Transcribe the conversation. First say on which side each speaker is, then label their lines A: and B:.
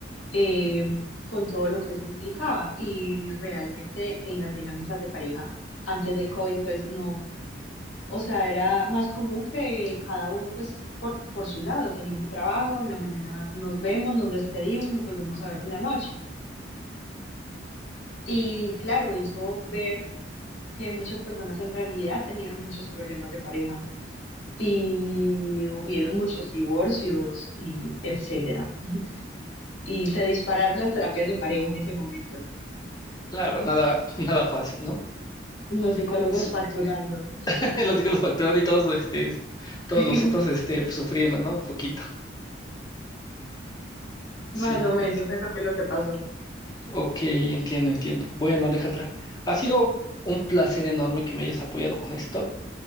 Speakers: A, on the left (about 80°); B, on the left (about 20°).
A: eh, con todo lo que eso implicaba. Y realmente en las dinámicas de pareja antes del COVID, pues no, o sea, era más común que cada uno pues por, por su lado tenía su trabajo, en la mañana nos vemos, nos despedimos, nos volvemos a ver en la noche. Y claro, hizo ver que muchas personas en realidad tenían muchos problemas de pareja y hubieron muchos divorcios y etcétera. y se dispararon las terapias de pareja en ese momento.
B: Claro, nada, <laughs> nada fácil, ¿no?
A: Los psicólogos
B: Eso,
A: facturando.
B: <laughs> los que los facturan y todos, este, todos
A: <laughs>
B: nosotros, este, sufriendo, ¿no? Un poquito.
A: Más
B: Sí,
A: o menos,
B: lo entiendo.
A: eso fue lo que pasó.
B: Ok, entiendo, entiendo. Bueno, Alejandra, ha sido un placer enorme que me hayas apoyado con esto.